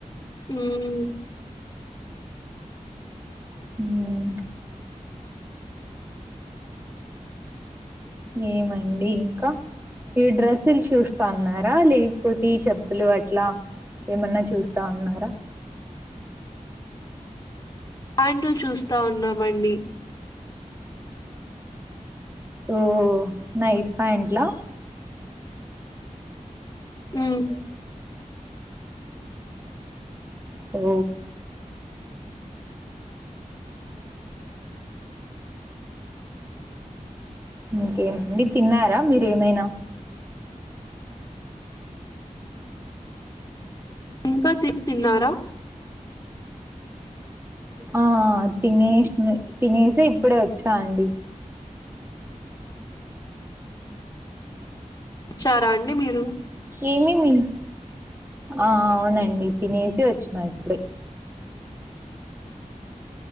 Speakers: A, on the left (about 30°); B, on the right (about 15°).
A: ఉహు
B: హ్మ్ ఏమండి ఇంకా ఈ డ్రస్సులు చూస్తాన్నారా లేకపోతే చెప్పులు అట్లా ఏమన్నా చూస్తా ఉన్నారా
A: ప్యాంట్లు చూస్తా ఉన్నామండి
B: ఓ నైట్ ప్యాంట్లా
A: మ్మ్.
B: ఓ ఇంకేమండి తిన్నారా మీరేమైనా
A: ఇంకా తి తిన్నారా
B: ఆ తినేసి తినేసే ఇప్పుడే వచ్చా అండి
A: చారా అండి మీరు
B: ఏమేమి ఆ అవునండి తినేసి వచ్చినా ఇప్పుడే